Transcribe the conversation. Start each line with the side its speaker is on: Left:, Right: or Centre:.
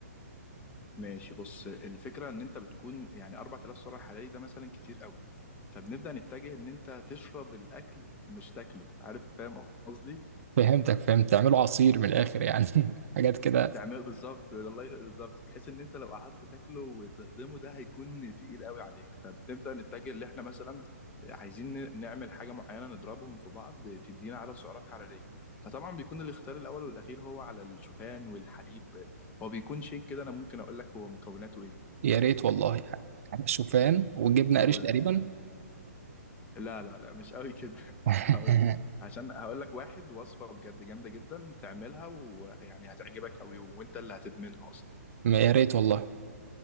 Left: ماشي بص الفكره ان انت بتكون يعني 4000 سعر حراري ده مثلا كتير قوي فبنبدا نتجه ان انت تشرب الاكل مش تاكله عارف فاهم قصدي
Right: فهمتك فهمت تعملوا عصير من الاخر يعني <laughs> حاجات كده
Left: تعمل بالظبط الله يف- بالظبط بحيث ان انت لو قعدت تاكله وتهضمه ده هيكون تقيل قوي عليك فبنبدا نتجه اللي احنا مثلا عايزين ن- نعمل حاجه معينه نضربهم في بعض تدينا عدد سعرات حراريه فطبعا بيكون الاختيار الاول والاخير هو على الشوفان والحليب هو بيكون شيك كده انا ممكن اقول لك هو مكوناته ايه
Right: يا ريت والله يعني شوفان وجبنة
Left: هقول
Right: قريش تقريبا
Left: لك. لا لا لا مش قوي كده <laughs>
Right: <laughs>
Left: هقول لك عشان هقول لك واحد وصفه بجد جامده جدا تعملها ويعني هتعجبك قوي وانت اللي هتدمنها اصلا
Right: يا ريت والله